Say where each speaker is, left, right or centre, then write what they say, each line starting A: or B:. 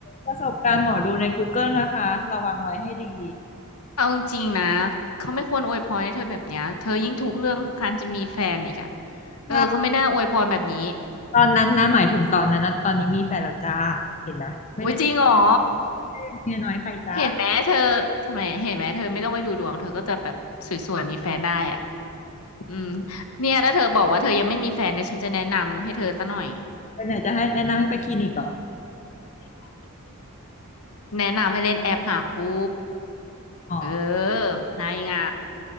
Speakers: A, on the left; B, on the left.
A: ประสบการณ์หมอดูใน Google นะคะระวังไว้ให้ดี
B: เอาจริงๆนะเขาไม่ควรอวยพรให้เธอแบบเนี้ยเธอยิ่งทุกข์เรื่องการจะมีแฟนอีกอะเออเขาไม่น่าอวยพรแบบนี้
A: ใช่ตอนนั้นนะหมายถึงตอนนั้นนะตอนนี้มีแฟนแล้วจ้าเห็นนะไม่ได้
B: อุ๊ยจริงเหรอ
A: เป็นเมียน้อยใครจ้า
B: เห็นไหมเธอทำไมเห็นไหมเธอไม่ต้องไปดูดวงเธอก็จะแบบสวยๆมีแฟนได้อ่ะอืมเนี่ยถ้าเธอบอกว่าเธอยังไม่มีแฟนเนี่ยฉันจะแนะนำให้เธอซะหน่อย
A: ไปไหนจะให้แนะนำให้ไปคลินิกเหรอ
B: แนะนำให้เล่นแอปหาคู่
A: อ๋อ
B: เออหายเหงา